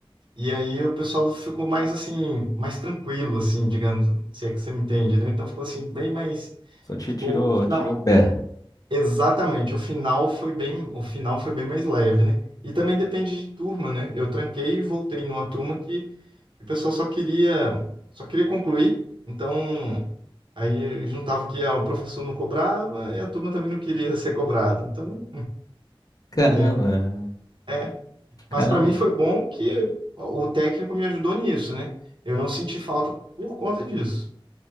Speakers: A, on the right (about 60°); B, on the left (about 40°).
A: E aí o pessoal ficou mais assim, mais tranquilo, assim, digamos, se é que você me entende, né? Então ficou assim, bem mais.
B: Só te
A: Ficou
B: tirou,
A: o final.
B: tirou o pé.
A: Exatamente, o final foi bem, o final foi bem mais leve, né? E também depende de turma, né? Eu tranquei e voltei numa turma que o pessoal só queria, só queria concluir. Então, aí juntava que ah, o professor não cobrava e a turma também não queria ser cobrada. Então,
B: Caramba,
A: né? É, Mas
B: caramba.
A: para mim foi bom que o técnico me ajudou nisso, né? Eu não senti falta por conta disso.